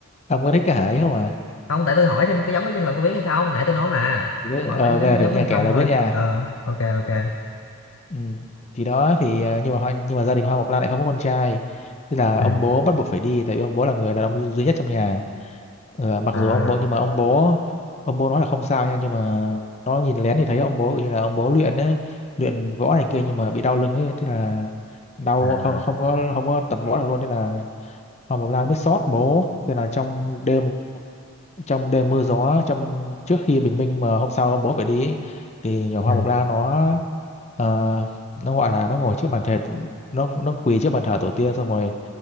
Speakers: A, on the left; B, on the left.
A: ông cứ thích cái hả ấy không à
B: không tại tôi hỏi thêm có giống cái nhân vật tôi biết hay không nãy tôi nói mà
A: chỉ cứ
B: tôi hỏi
A: ờ,
B: phải giống
A: về thử
B: giống
A: nghe
B: hay
A: kể
B: không
A: là
B: thôi
A: biết nha
B: ờ ok ok
A: ừ. thì đó thì ờ, nhưng mà hoa, nhưng mà gia đình Hoa Mộc Lan lại không có con trai thế là
B: ừ.
A: ông bố bắt buộc phải đi tại vì ông bố là người đàn ông duy nhất trong nhà Ờ, mặc
B: à
A: dù ông bố nhưng mà ông bố ông bố nói là không sao nha nhưng mà nó nhìn lén thì thấy ông bố kiểu như là ông bố luyện á luyện võ này kia nhưng mà bị đau lưng ấy thế là đau
B: à
A: không không có không có tập võ được luôn thế là Hoa Mộc Lan mới xót bố thế là trong đêm trong đêm mưa gió trong trước khi bình minh mà hôm sau bố phải đi ấy, thì nhỏ Hoa
B: ừ.
A: Mộc La nó ờ, nó gọi là nó ngồi trước bàn thờ nó nó quỳ trước bàn thờ tổ tiên xong rồi